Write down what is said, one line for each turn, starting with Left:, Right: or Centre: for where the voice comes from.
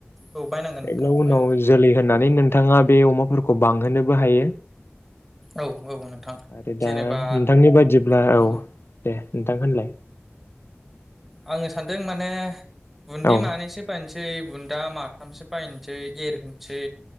Centre: औ बायनांगोन नोंथां
Left: एनि उनाव
Centre: बायनांगोन
Left: जोलै होनानै नों बिथाङा बे अमाफोरखौ बांहोनो बो हायो
Centre: औ औ नोंथां
Left: आरो
Centre: जेनेबा
Left: दा नोंथांनि बायदिब्ला
Centre: उम
Left: औ दे नोंथां होनलाय
Centre: आङो सानदों माने बुन्दि
Left: औ
Centre: मानैसो बायनोसै सै बुन्दा माथामसो बायनोसै एरहोनसै